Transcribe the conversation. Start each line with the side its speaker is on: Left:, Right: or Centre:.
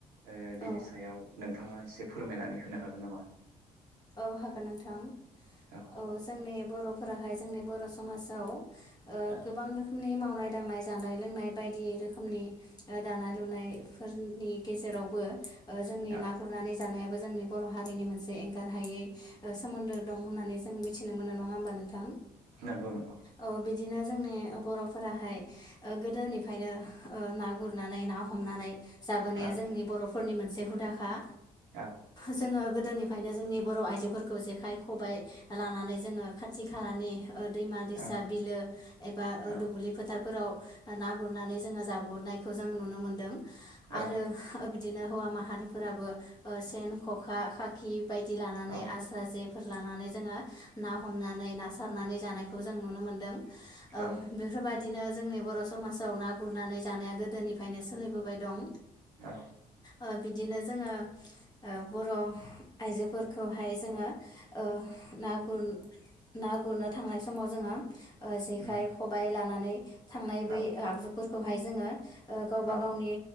Right: ओ बिनि
Left: औ
Right: सायाव नों नोंथाङा एसे फोरमायनानै होनो हागोन नामा?
Left: औ हागोन नोंथां
Right: औ
Left: ओ जोंनि बर'फोराहाय जोंनि बर' समाजाव ओ
Right: औ
Left: गोबां रोखोमनि मावनाय दांनाय जानाय लोंनाय बायदि रोखोमनि दानाय लुनायफोरनि गेजेरावबो ओ जोंनि
Right: औ
Left: ना गुरनानै जानाय जोंनि बर' हारिनि मोनसे एं गारहायै सोमोन्दो दं होननानै जों मिथिनो मोनो नङा होमबा नोंथां?
Right: नंगौ नंगौ
Left: ओ बिदिनो जोंनि बर'फोराहाय ओ गोदोनिफ्रायनो ओ ना गुरनानै ना हमनानै जाबोनाया
Right: औ
Left: जोंनि बर' फोरनि मोनसे हुदाखा
Right: औ
Left: जोङो गोदोनिफ्राय यनो जोंनि बर' आइजोफोरखौ जेखाइ खबाइ लानानै जोङो खाथि खालानि ओ दैमा दैसा
Right: औ
Left: बिलो एबा
Right: औ
Left: दुब्लि फोथार फोराव ना गुरनानै जोङो जाबोनायखौ जों नुनो मोनदों
Right: औ
Left: आरो बिदिनो हौवा माहारिफोराबो ओ सेन खखा खाखि बायदि लानानै
Right: औ
Left: आस्रा जेफोर लानानै जोङो ना हमनानै ना सारनानै जानायखौ जों नुनो मोनदों ओ
Right: औ
Left: बेफोरबादि बिदिनो जोंनि बर' समाजाव ना गुरनानै जानाया गोदोनिफ्रायनो सोलिबोबाय दं।
Right: औ
Left: ओ बिदिनो जोङो ओ बर' आइजोफोरखौहाय जोङो ओ ना गुर ना गुरनो थांनाय समाव जोङो जेखाइ
Right: उम
Left: खबाइ लानानै थांनाय बै
Right: औ
Left: आगजु फोरखौहाय जोङो गावबा
Right: औ
Left: गावनि